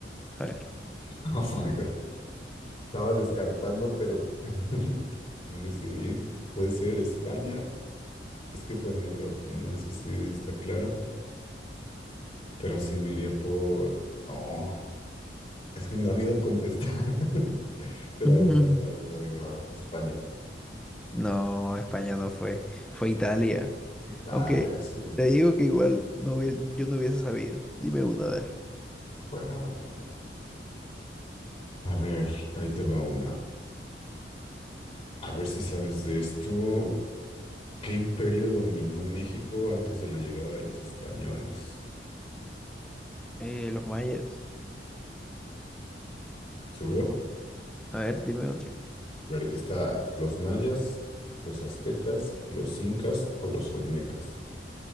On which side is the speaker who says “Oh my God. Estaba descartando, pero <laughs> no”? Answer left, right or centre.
Left